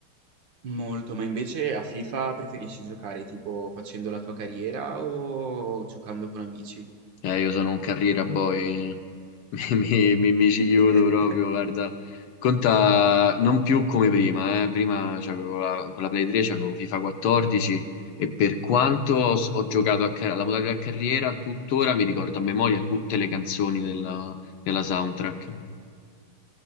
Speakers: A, on the right; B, on the left.
A: Molto, ma invece a FIFA preferisci giocare tipo facendo la tua carriera o giocando con amici?
B: Eh, io sono un carriera boy, <laughs> mi, mi- mi- mi ci
A: <laughs>
B: chiudo proprio, guarda. Conta non più come prima, eh. Prima c'avevo la, con la Play 3 c'avevo FIFA 14 e per quanto ho, s- ho giocato a ca- alla modalità carriera, tuttora mi ricordo a memoria tutte le canzoni della, della soundtrack.